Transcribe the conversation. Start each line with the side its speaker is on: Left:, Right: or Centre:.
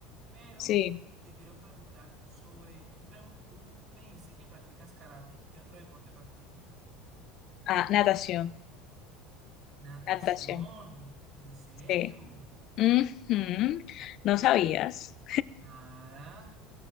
Right: Pero
Left: Sí.
Right: te quiero preguntar sobre, tú, pre- tú me dices que practicas karate, ¿qué otro deporte practicas?
Left: Ah, natación,
Right: Natación,
Left: natación,
Right: ¿en serio?
Left: sí. Ujú, No sabías.
Right: Nada,